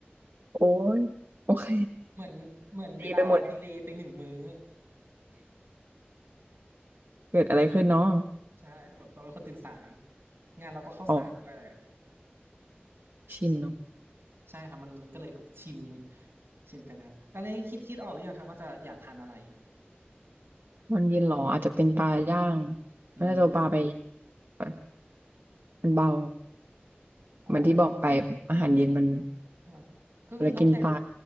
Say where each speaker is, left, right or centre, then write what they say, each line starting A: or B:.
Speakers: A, on the right; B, on the right.
A: โอ้ยโอเค
B: เหมือนเหมือนเวลาดีเลย์ไปหนึ่งมื้อ
A: ดีไปหมดเนี่ยเกิดอะไรขึ้นเนาะ
B: ใช่แบบเราเป็นคนตื่นสายงานเราก็เข้าสายด้วยแหละ
A: ออกชินเนาะ
B: ใช่ครับมันก็เลยแบบชินชินไปแล้วแล้วนี้คิดคิดออกหรือยังครับว่าจะอยากทานอะไร
A: วันเย็นเหรออาจจะเป็นปลาย่าง
B: อืม
A: น่าจะเอาปลาไปย่างมันเบา
B: อ๋อ
A: เหมือนที่บอกไปอาหารเย็นมัน
B: ครับก็คือน้องเจน
A: เรากินปลา